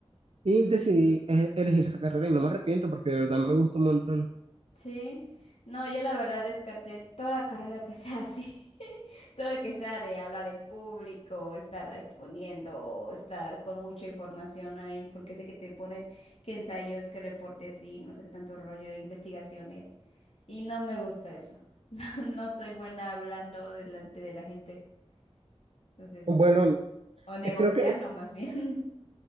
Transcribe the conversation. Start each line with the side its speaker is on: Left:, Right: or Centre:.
Right: Y decidí eh, elegir esa carrera y no me arrepiento porque de verdad me gusta un montón.
Left: Sí, no, yo la verdad descarté toda carrera que sea así, <laughs> todo que sea de hablar en público, estar exponiendo, o estar con mucha información ahí, porque sé que te ponen que ensayos, que reportes y no sé qué tanto rollo, investigaciones, y no me gusta eso. <laughs> No soy buena hablando delante de la gente, entonces
Right: Bueno,
Left: no. O negociando
Right: eh, creo que, es-
Left: más bien.